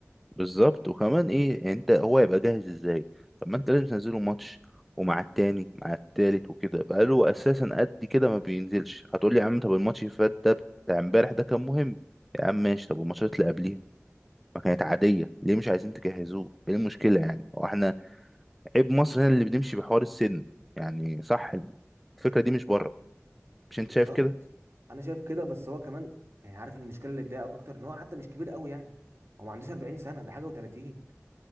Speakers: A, in the centre; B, on the right (about 60°).
A: بالظبط وكمان ايه يعني انت هو يبقى جاهز ازاي طب ما انت لازم تنزله ماتش ومع التاني مع التالت وكده بقاله اساسا قد كده ما بينزلش هتقول لي يا عم طب الماتش اللي فات ده بتاع امبارح ده كان مهم يا عم ماشي طب والماتشات اللي قبليها ما كانت عادية ليه مش عايزين تجهزوه ايه المشكلة يعني هو احنا عيب مصر هنا اللي بنمشي بحوار السن يعني صح الفكرة دي مش بره مش انت
B: بالظبط
A: شايف كده
B: انا شايف كده بس هو كمان يعني عارف المشكله اللي اتضايقك اكتر ان هو حتى مش كبير قوي يعني هو ما عندوش 40 سنه ده حاجه و30